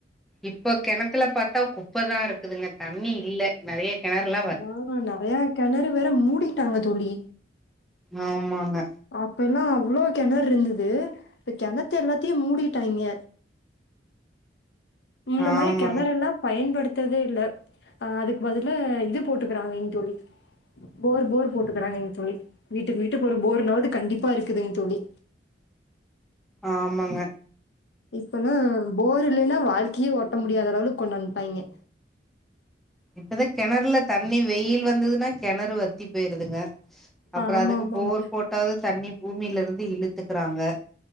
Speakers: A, in the centre; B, on the left.
A: இப்போ கெணத்துல பாத்தா குப்பதா இருக்குதுங்க தண்ணி இல்ல நெறைய கெணர்லா
B: ஆமா நெறையா கெணறு வேற மூடிட்டாங்க தோழி
A: ஆமாங்க
B: அப்பேலா அவ்ளோ கெணர்ருந்துது இப்ப கெணத்த எல்லாத்தையு மூடிட்டாய்ங்க முன்ன
A: ஆமாங்க
B: மாரி கெனரெல்லா பயன்படுத்ததே இல்ல அ அதுக்கு பதில இது போட்டுக்றாங்கைங் தோழி போர் போர் போட்டுக்கறாகைங் தோழி வீட்டுக்கு வீட்டுக்கு ஒரு போர்னாவது கண்டிப்பாருக்குதுங் தோழி
A: ஆமாங்க
B: இப்பலா போர் இல்லன்னா வாழ்கியே ஓட்ட முடியாத லெவளுக்கு கொண்டு வன்டாய்ங்க
A: ப்பதா கெணறுல தண்ணி வெயில் வந்ததுன்னா கெணறு வத்தி போயிருதுங்க அப்ரோ
B: ஆமா
A: அதுக்கு
B: ஆமாங்
A: போர் போட்டாவது தண்ணி பூமிலருந்து இழுத்துக்குறாங்க